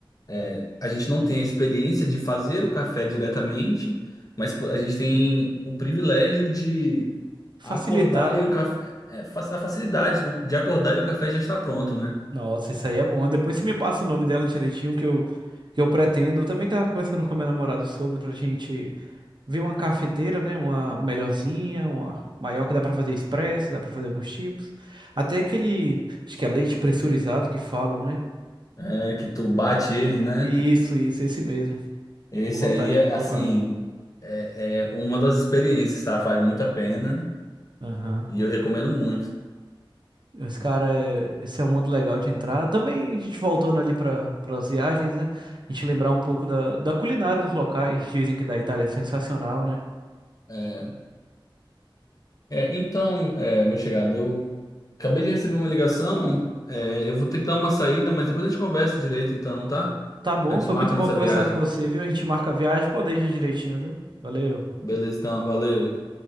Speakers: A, on the left (about 40°); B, on the right (about 55°).
A: é, a gente não tem a experiência de fazer o café diretamente, mas pô, a gente tem o privilégio de
B: Facilitar,
A: acordar
B: né?
A: e o café, é, fa- a facilidade do- de acordar e o café já está pronto, né?
B: Nossa, isso aí é bom. Depois você me passa o nome dela direitinho que eu, que eu pretendo. Eu também tava conversando com a minha namorada sobre pra gente ver uma cafeteira, né? Uma melhorzinha, uma maior que dá pra fazer expresso, dá pra fazer alguns tipos. Até aquele, acho que é leite pressurizado que falam, né?
A: É que tu bate ele, né?
B: Isso, isso, esse mesmo.
A: Esse
B: Tenho vontade
A: aí
B: de
A: é,
B: provar.
A: assim, é, é uma das experiências, tá? Vale muito a pena
B: Aham.
A: e eu recomendo muito.
B: Esse cara é, esse é um mundo legal de entrar. Também a gente voltando ali para as viagens, né? A gente lembrar um pouco da, da culinária dos locais. Dizem que da Itália é sensacional, né?
A: É, é, então, é, meu chegado, eu acabei de receber uma ligação, é, eu vou ter que dar uma saída, mas depois a gente conversa direito, então, tá?
B: Tá bom,
A: A gente
B: foi
A: marca
B: muito
A: a
B: bom
A: nossa
B: conversar
A: viagem.
B: com você, viu? A gente marca a viagem, planeja direitinho, viu? Valeu.
A: Beleza, então, valeu.